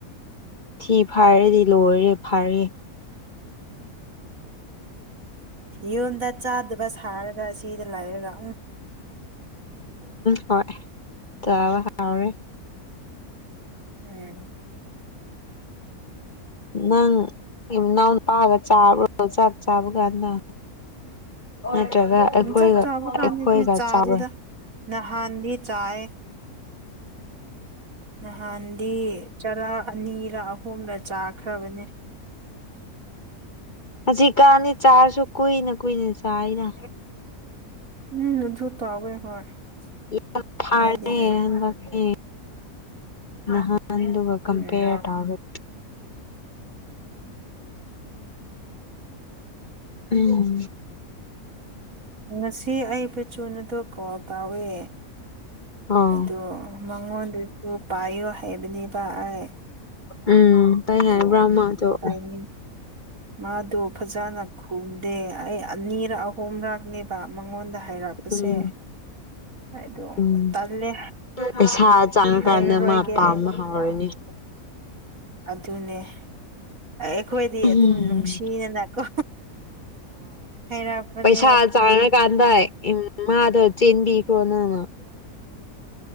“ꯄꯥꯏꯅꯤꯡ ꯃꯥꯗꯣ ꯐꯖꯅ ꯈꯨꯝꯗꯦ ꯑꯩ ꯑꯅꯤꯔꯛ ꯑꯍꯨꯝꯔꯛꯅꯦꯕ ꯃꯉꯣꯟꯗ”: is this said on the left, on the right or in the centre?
Right